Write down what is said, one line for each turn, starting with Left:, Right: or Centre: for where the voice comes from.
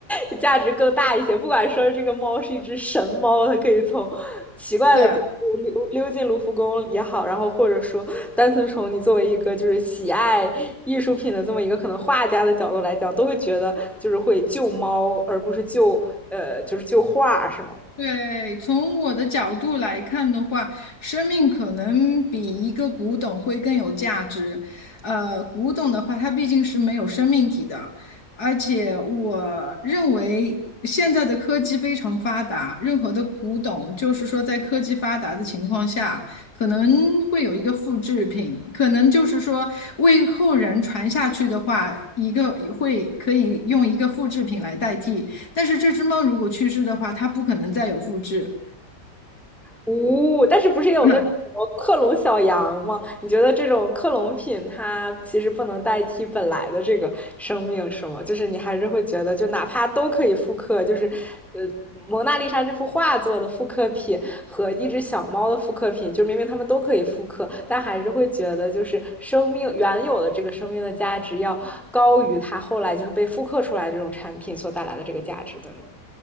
Centre: <laughs> 价值更大一些。不管说这个猫是一只神猫，它可以从奇怪的角度溜溜进卢浮宫也好，
Left: 对。
Centre: 然后或者说单纯从你作为一个就是喜爱艺术品的这么一个可能画家的角度来讲，都会觉得就是会救猫，而不是救呃就是救画，是吗？
Left: 对，从我的角度来看的话，生命可能比一个古董会更有价值。呃，古董的话，它毕竟是没有生命体的，而且我认为现在的科技非常发达，任何的古董，就是说在科技发达的情况下，可能会有一个复制品，可能就是说为后人传下去的话，一个会可以用一个复制品来代替。但是这只猫如果去世的话，它不可能再有复制。
Centre: 哦，但是不是也有那种什么克隆小羊吗？
Left: <clears throat>
Centre: 你觉得这种克隆品它其实不能代替本来的这个生命，是吗？就是你还是会觉得，就哪怕都可以复刻，就是呃，蒙娜丽莎这幅画作的复刻品和一只小猫的复刻品，就明明它们都可以复刻，但还是会觉得就是生命原有的这个生命的价值要高于它后来就是被复刻出来的这种产品所带来的这个价值，对吗？